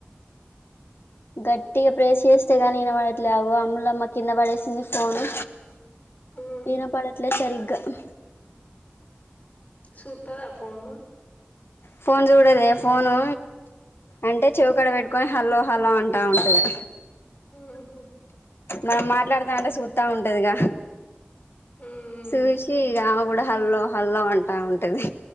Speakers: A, on the left (about 70°); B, on the left (about 45°).
A: గట్టిగా ప్రేస్ చేస్తే గనీ వినవాడట్లే అవ్వో అమ్ములమ్మకి కింద పడేసింది ఫోను
B: ఉహు
A: ఇనపడట్లే సరిగ్గా ఉ
B: సుత్తద ఫోను
A: ఫోన్ చూడదె ఫోను అంటే చెవు కడ పెట్టుకని హలో హలో అంటా ఉంటది
B: ఉహు
A: మనం మాట్లాడుతా అంటే చుత్త ఉంటదిగా
B: ఉమ్
A: సుషి ఇగ ఆమ కూడా హల్ల్లో హల్లో అంటా ఉంటది